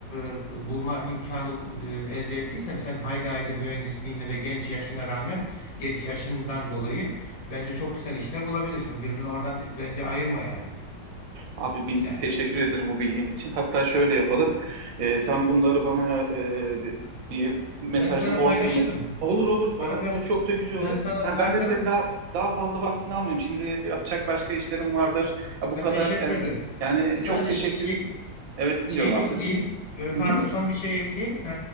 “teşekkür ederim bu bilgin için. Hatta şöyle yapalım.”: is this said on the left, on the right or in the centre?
Right